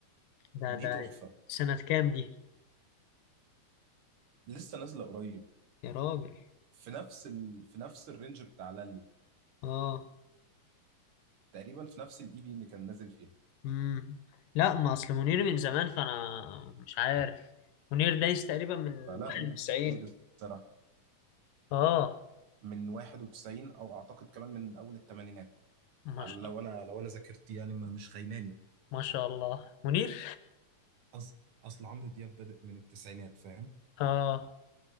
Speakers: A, on the left; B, on the right.
A: ده
B: دي
A: ده
B: تحفه
A: سنة كام دي
B: لسه نازله قريب
A: يا راجل
B: في نفس ال... في نفس الرينج بتاع لالي
A: أه
B: تقريبا في نفس الاي بي اللي كان نازل فيها
A: مم. لا ما أصل منير من زمان فأنا مش عارف منير دايس تقريبا من 91
B: فلا ده كتير الصراحه
A: أه
B: من 91 او اعتقد كمان من اول الثمانينات
A: ما
B: على
A: شاء
B: لو
A: الله
B: انا لو انا ذاكرتي يعني ما مش خيناني
A: ما شاء الله منير
B: أص... اصل عمرو دياب بدأ من التسعينات فاهم
A: أه